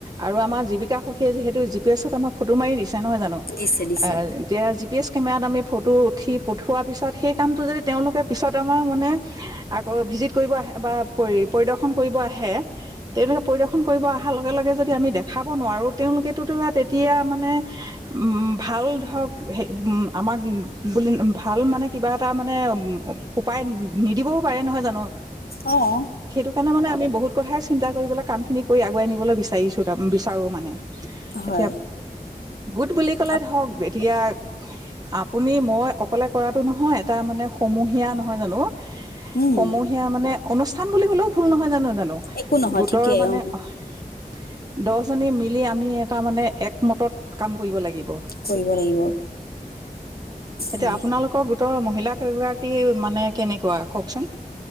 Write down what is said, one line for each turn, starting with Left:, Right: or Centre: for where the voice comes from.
Right: আৰু আমাৰ জিৱীকা সখীয়ে যিহেতু জি পি এছত আমাক ফটো মাৰি দিছে। নহয় জানো,
Left: দিছে দিছে
Right: অ', এতিয়া পি এছ কেমেৰাত আমি ফটো উঠি থোৱা পিছত সেই কামটো যদি তেওঁলোকে পিছত আমাৰ মানে আকৌ ভিজিট কৰিব আহে বা পৰি পৰিদৰ্শন কৰিব আহে তেওঁলোকে পৰিদৰ্শন কৰিব অহাৰ লগে লগে যদি আমি দেখাব নোৱাৰোঁ তেওঁলোকেতোতো তেতিয়া মানে উম, ভাল ধৰক উম, আমাক বুলি ভাল মানে কিবা এটা মানে উপায় নিদিবও পাৰে নহয় জানো।
Left: অহ।
Right: সেইটো কাৰণে আমি বহুত কথাই চিন্তা কৰি পেলাই কামখিনি কৰি আগুৱাই নিবলৈ বিচাৰিছোঁ তাৰ <unintelligible> বিচাৰোঁ মানে।
Left: হয়
Right: এতিয়া গোট বুলি ক'লে
Left: আপ
Right: ধৰক এতিয়া আপুনি মই অকলে কৰাটো নহয়! এটা মানে সমূহীয়া নহয় জানো!
Left: উম
Right: সমূহীয়া মানে অনু <unintelligible> খাম বুলি ক'লেও ভুল নহয় জানো!
Left: একো নহয়
Right: <unintelligible> গোটৰ
Left: ঠিকেই
Right: মানে
Left: অ
Right: <unintelligible> দছজনী মি লি আমি এটা মানে একমতত কাম কৰিব লাগিব।
Left: কৰিব লাগিব
Right: এতিয়া
Left: হয়
Right: আপোনালোকৰ গোট তই মহিলা কেইগৰাকী মানে কেনেকুৱা কওকচোন